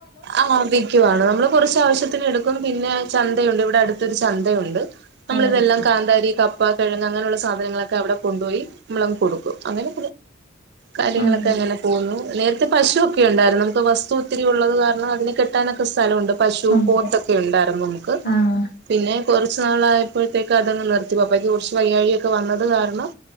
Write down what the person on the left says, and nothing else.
അവിടെ
വിക്കും
ആഹ്
ഉണ്ട്
ആഹ്